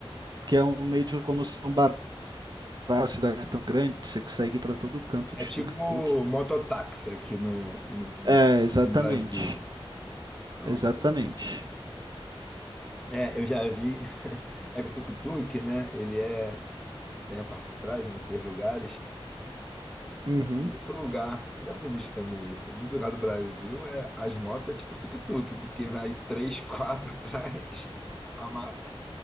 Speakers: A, on the right; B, in the centre.
A: porque é um meio de locomoção barato, a cidade é tão grande, você consegue ir pra todo canto
B: É
A: de
B: tipo
A: tuk-tuk.
B: mototáxi aqui no, no,
A: É, exatamente.
B: no Brasil. É, um-
A: Exatamente.
B: é, eu já vi. <laughs> É que o tuk-tuk, né? Ele é Tem a parte de trás, né? Três lugares.
A: Uhum.
B: Muito lugar, tu deve ter visto também isso. Muito lugar do Brasil é as motos é tipo tuk-tuk, porque vai três, quatro <laughs> atrás, ama-